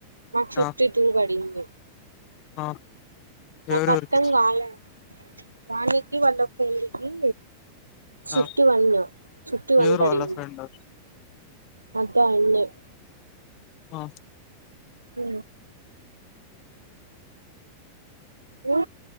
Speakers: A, on the right (about 80°); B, on the left (about 40°).
A: మాకు షిఫ్ట్
B: ఆ
A: టూ పడింది
B: ఆ
A: ఆ
B: ఎవరెవరికి
A: పత్తం కాాల <inaudible> వానికి వల్ల పెళ్ళికి షిఫ్ట్
B: ఆ
A: వన్ షిఫ్ట్ వన్
B: ఎవరు
A: పాడింది
B: వాళ్ళ ఫ్రెండ్
A: అదా అడి <inaudible>
B: ఆ
A: అ ఓ